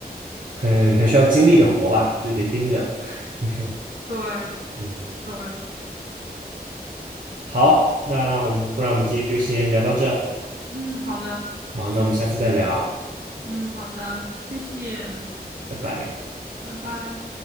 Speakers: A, on the right (about 55°); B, on the right (about 80°).
A: 很很需要精力的活吧，就得盯着。<laughs> 嗯
B: 对
A: 嗯，
B: 对，
A: 好，那我们不然我们今天就先聊到这儿
B: 嗯，好的，
A: 好，那我们下次再聊，
B: 嗯，好的，谢谢，
A: 拜拜。
B: 拜拜。